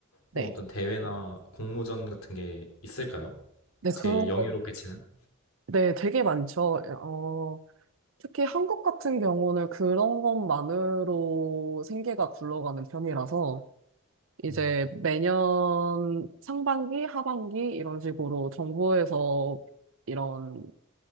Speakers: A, on the right; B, on the left.
A: 네.
B: 혹은 어떤 대회나 공모전 같은 게 있을까요?
A: 네,
B: 제일
A: 그런
B: 영예롭게
A: 거,
B: 치는?
A: 네, 되게 많죠. 어, 특히 한국 같은 경우는 그런 것만으로 생계가 굴러가는 편이라서, 이제
B: 어,
A: 매년 상반기, 하반기 이런 식으로 정부에서 이런,